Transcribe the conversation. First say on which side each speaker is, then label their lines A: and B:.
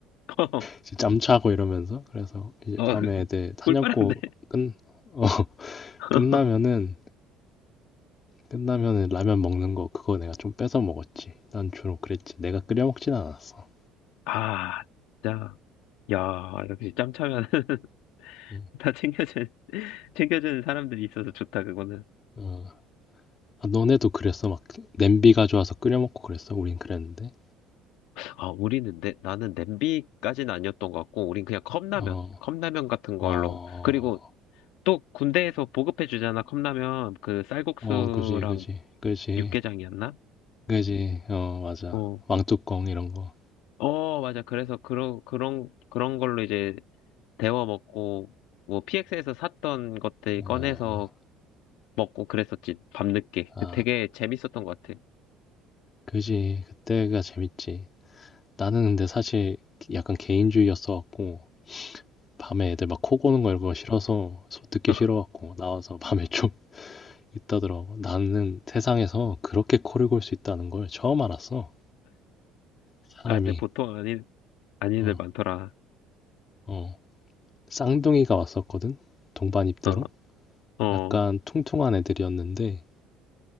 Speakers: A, on the left; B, on the left.
A: <laughs>
B: 이제 짬차고 이러면서 그래서 이제
A: 어,
B: 밤에 애들 사냥고
A: 꿀빨한데.
B: 끝 어, <laughs>
A: <laughs>
B: 끝나면은 끝나면은 라면 먹는 거 그거 내가 좀 뺏어 먹었지. 난 주로 그랬지. 내가 끓여 먹진 않았어.
A: 아, 진짜. 야, 역시 짬차면. <laughs>
B: 응.
A: 다 챙겨주는, <laughs> 챙겨주는 사람들이 있어서 좋다, 그거는.
B: 어. 아, 너네도 그랬어? 막 냄비 가져와서 끓여 먹고 그랬어? 우린 그랬는데.
A: 아, 우리는 내, 나는 냄비까지는 아니었던 것 같고, 우린 그냥 컵라면,
B: 어,
A: 컵라면 같은 걸로.
B: 어, 어,
A: 그리고 또 군대에서 보급해 주잖아, 컵라면. 그 쌀국수랑
B: 어, 그지, 그지, 그지,
A: 육개장이었나?
B: 그지. 어, 맞아.
A: 어,
B: 왕뚜껑 이런 거.
A: 어, 맞아. 그래서 그런, 그런, 그런 걸로 이제 데워 먹고, 뭐 PX에서 샀던 것들
B: 어,
A: 꺼내서 먹고 그랬었지, 밤늦게.
B: 아,
A: 그 되게 재밌었던 것 같아.
B: 그지. 그때가 재밌지. 나는 근데 사실 약간 개인주의였어갖고 밤에 애들 막 코 고는 거 이런 거 싫어서 소- 듣기
A: <laughs>
B: 싫어갖고 나와서 밤에 좀 <laughs> 있다더라고. 나는 세상에서 그렇게 코를 골 수 있다는 걸 처음 알았어. 사람이
A: 아, 근데 보통 아닌, 아닌들
B: 어,
A: 많더라.
B: 어. 쌍둥이가 왔었거든. 동반 입대로.
A: 어, 어.
B: 약간 퉁퉁한 애들이었는데